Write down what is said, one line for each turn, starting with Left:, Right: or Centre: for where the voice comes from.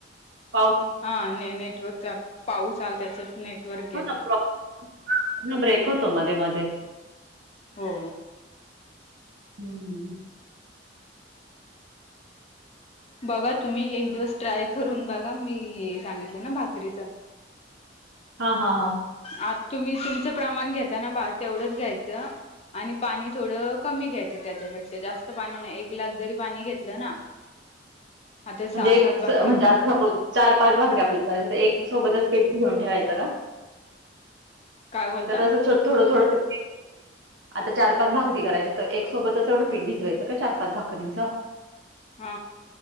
Right: पाऊस
Left: हा ने नेटवर्कचा पाऊस आला त्याच्यात नेटवर्क गेला.
Right: हो ना प्रॉब्लेम ब्रेक होतो मध्ये, मध्ये,
Left: हो..
Right: हम्म.. <inaudible>
Left: बघा तुम्ही एक दिवस ट्राय करून बघा मी सांगितलं ना भाकरीच.
Right: हा. हा. हा..
Left: आ तुम्ही तुमचं प्रमाण घेताना भात तेवढंच घ्यायचं. आणि पाणी थोडं कमी घ्यायचं त्याच्यापेक्षा जास्त पाणी नाही एक ग्लास जरी पाणी घेतलं ना, आता
Right: म्हणजे
Left: सहा
Right: एक
Left: सात भाकरी
Right: म्हणजे आता सपोज, चार पाच भाकरी आपल्याला जिथे एक सोबतच घेऊन ठेवायचां का.
Left: काय बोलता
Right: क अस थोडं थोडं... आता चार पाच भाकरी करायच तर एक सोबतच एवढं पीठ भिजयं काय चार पाच भाकरींचं.
Left: हा